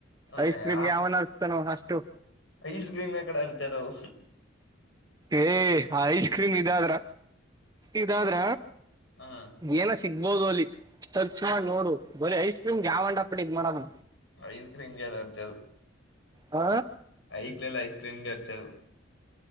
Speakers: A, on the left (about 70°); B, on the right (about 20°).
A: ಹ
B: ಐಸ್ ಕ್ರೀಮ್ ಯಾವನತಾನೋ ಅಷ್ಟು
A: ಐಸ್ ಕ್ರೀಮ್ ನ ಕಡೆ ಅರ್ಚದವು
B: ಏ ಐಸ್ ಕ್ರೀಮ್ ಇದಾದ್ರ ಇದಾದ್ರ
A: ಹ
B: ಏನ ಸಿಗ್ಬೋದು ಅಲ್ಲಿ ಸರ್ಚ್ ಮಾಡಿ ನೋಡು ಬರೀ ಐಸ್ ಕ್ರೀಮ್ ಗೆ ಯಾವನ್ ಅಪ್ಪಡಿ ಇದದು ಮಾಡನ
A: ಐಸ್ ಕ್ರೀಮಗೆ ಅರ್ಚದು
B: ಹ
A: ಐಕ್ಲಲ್ಲ ಐಸ್ ಕ್ರೀಮಗೆ ಅರ್ಚದು